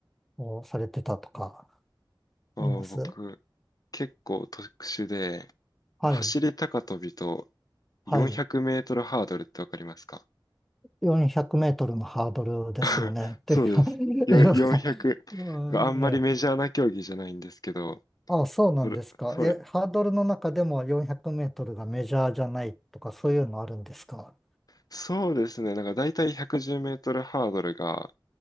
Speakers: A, in the centre; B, on the left.
A: をされてたとか、
B: あー僕、
A: あります
B: 結構特殊で、
A: はい、
B: 走り高跳びと
A: はい。
B: 400メートルハードルってわかりますか
A: 400メートルのハードルですよね。
B: <laughs>
A: っていうか、
B: そうです。
A: <laughs>
B: よ400、
A: なんか、
B: よんひゃくあんまりメジャーな競技じゃないんですけど、
A: うんええあ、そうなんですか。
B: それ、そう、
A: え、ハードルの中でも400メートルがメジャーじゃないとか、そういうのあるんですか
B: そうですね。なんか大体110メートルハードルが、